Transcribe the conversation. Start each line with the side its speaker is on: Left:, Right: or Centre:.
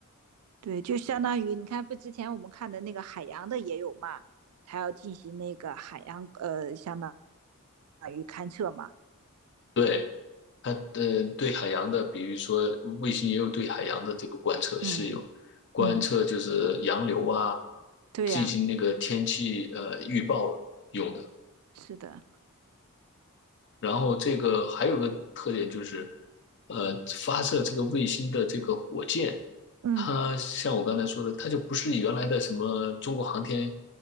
Right: 对，就相当于你看，不之前我们看的那个海洋的也有嘛，还要进行那个海洋呃，相当于勘测嘛。
Left: 对。它呃对海洋的，比如说卫星也有对海洋的这个观测是有观测，
Right: 嗯嗯，
Left: 就是洋流啊，
Right: 对呀、
Left: 进行那个天气呃预报用的。
Right: 是的，
Left: 然后这个还有个特点就是，呃，发射这个卫星的这个火箭，
Right: 嗯，
Left: 它像我刚才说的，它就不是原来的什么中国航天